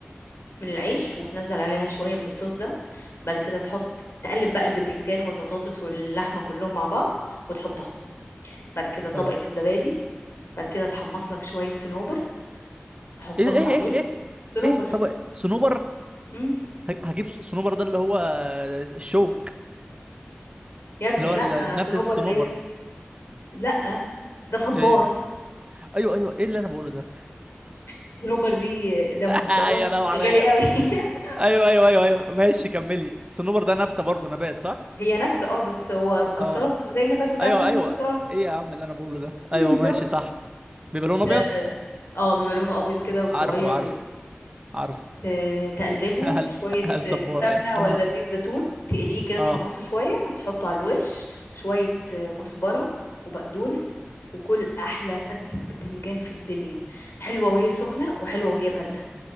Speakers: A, on the left (about 85°); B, on the right (about 30°).
A: من العيش وتنزل عليها شوية من الصوص ده بعد كده تحط تقلب بقى البتنجان والبطاطس واللحمة كلهم مع بعض وتحطهم بعد كده طبقة
B: حلو
A: الزبادي بعد كده تحمص لك شوية صنوبر تحطهم
B: ايه ايه
A: عليه
B: ايه ايه,
A: صنوبر
B: إيه؟ طب صنوبر
A: امم
B: ه- هجيب ص- صنوبر ده اللي هو الشوك
A: يا ابني
B: اللي هو
A: لا
B: ال-
A: صنوبر
B: نبتة الصنوبر
A: ديت لا ده صبار
B: ايه ايوه ايوه ايه اللي انا بقوله ده
A: صنوبر دي ده مكسرات
B: <laughs> يا لو عليا
A: غالي قوي <laughs>
B: ايوه ايوه ايوه ايوه ماشي كملي الصنوبر ده نبتة برضه نبات صح
A: هي نبتة اه بس هو مكسرات
B: اه
A: زي النبات بتاع
B: ايوه
A: كل
B: ايوه
A: المكسرات
B: ايه يا عم اللي انا بقوله ده
A: مم،
B: ايوه
A: شفت
B: ماشي صح بيبقى لونه ابيض
A: اه آه، بيبقى لونه ابيض كده وصغير
B: عارفه عارفه عارفه
A: ت- تقلبه
B: <laughs> هل
A: في شوية
B: هل
A: آه،
B: صبار
A: سمنة
B: قال
A: ولا
B: اه
A: زيت زيتون تقليه كده تحمصه
B: آه.
A: شوية تحطه على الوش شوية آه، كزبرة وبقدونس وكل أحلى فتة بتنجان في الدنيا حلوة وهي سخنة وحلوة وهي باردة